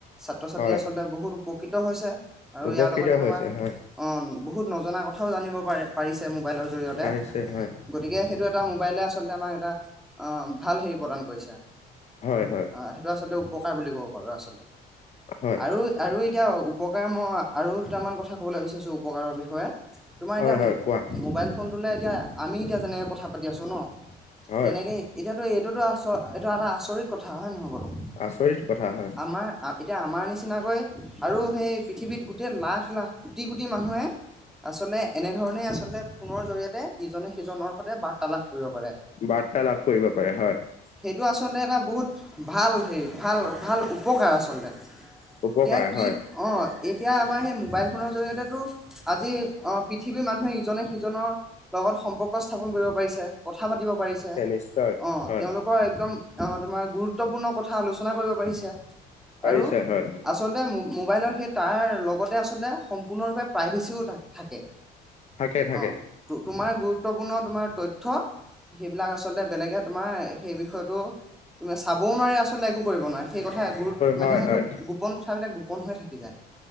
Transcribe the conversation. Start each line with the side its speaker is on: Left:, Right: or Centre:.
Centre: ছাত্ৰ -ছাত্ৰী
Left: হয়
Centre: আচলতে বহুত উপকৃত হৈছে। আৰু
Left: উপকৃত
Centre: ইয়াৰ লগতে তোমাৰ
Left: হৈছে হয়
Centre: অ' বহুত নজনা কথাও জানিব পাৰি পাৰিছে মোবাইলৰ জৰিয়তে।
Left: পাৰিছে হয়।
Centre: গতিকে সেইটো এটা মোবাইলে আচলতে আমাক এটা অ' ভাল হেৰি প্ৰদান কৰিছে।
Left: হয়, হয়।
Centre: অ সেইটো আচলতে উপকাৰ বুলি ক'ব পাৰো আচলতে
Left: হয়
Centre: আৰু আৰু এতিয়া উপকাৰ মই আৰু দুটামান কথা ক'বলৈ বিচাৰিছোঁ উপকাৰৰ বিষয়ে। তোমাৰ
Left: হয়
Centre: এতিয়া মো-মোবাইল
Left: হয় কোৱা
Centre: ফোন ফোনটোলে এতিয়া আমি এতিয়া যেনেকে কথা পাতি আছো ন।
Left: হয়
Centre: তেনেকে এতিয়াতো এইটোতো আচ এইটো এটা আচৰিত কথা হয় নহয় বাৰু!
Left: আচৰিত কথা হয়
Centre: আমাৰ এতিয়া আমাৰ নিচিনাকৈ আৰু সেই পৃথিৱীত গোটেই লাখ লাখ কোটি কোটি মানুহে আচলতে এনেধৰণেই আচলতে ফোনৰ জৰিয়তে ইজনে সিজনৰ সতে বাৰ্তালাপ কৰিব পাৰে।
Left: বাৰ্তা লাভ কৰিব পাৰে হয়।
Centre: সেইটো আচলতে এটা বহুত ভাল হেৰি ভাল ভাল উপকাৰ আচলতে।
Left: উপকাৰ
Centre: এতিয়া কি
Left: হয়
Centre: অ' এতিয়া আমাৰ সেই মোবাইল ফোনৰ জৰিয়তেটো আজি অ' পৃথিৱীৰ মানুহে ইজনে সিজনৰ লগত সম্পৰ্ক স্থাপন কৰিব পাৰিছে। কথা পাতিব পাৰিছে।
Left: নিশ্চয়
Centre: অ'
Left: হয়
Centre: তেওঁলোকৰ একদম অ' তোমাৰ গুৰুত্বপূৰ্ণ কথা আলোচনা কৰিব পাৰিছে
Left: পাৰিছে
Centre: আৰু
Left: হয়
Centre: আচল লতে মোবাইলৰ সেই তাৰ লগতে আচলতে সম্পূৰ্ণৰূপে প্ৰাইভেচিও থা-থাকে।
Left: থাকে থাকে
Centre: অ', তোমাৰ গুৰুত্বপূৰ্ণ তোমাৰ তথ্য সেইবিলাক আচলতে বেলেগে তোমাৰ সেই বিষয়টো তুমি চাবও নোৱাৰি আচলতে একো কৰিব নোৱাৰে। সেই কথা গুৰুত
Left: হয়
Centre: মানে সেইটো
Left: হয়
Centre: গোপন কথাবিলাক গোপন হৈ থাকি যায়।